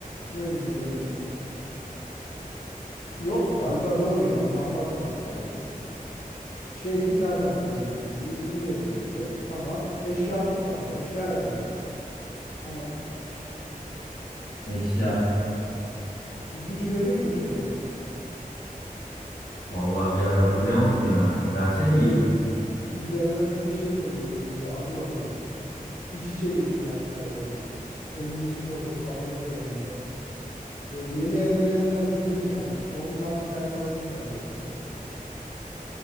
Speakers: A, on the left; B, on the left.
A: Neydi böyle? Yok galiba doğru ya. Zambak vardı sadece. Şehri zaten söyledin şimdi. ismi de söyledin. Tamam. Eşyamız kaldı. Eşya verelim. Hemen
B: Eşya.
A: ipucu vereyim mi şöyle?
B: Vallahi birader hatırlayamadım ya.
A: <laughs>
B: Versene
A: Şöyle
B: bir ipucu.
A: ü- üzerlerine bir şey koyuyoruz böyle adı var onun. İç içe geçiyor hatta böyle. Evin içinde olur, salonda genelde. Böyle yeni evlenenler bilir ya onu. Ondan bir tane olsun derler böyle. <laughs>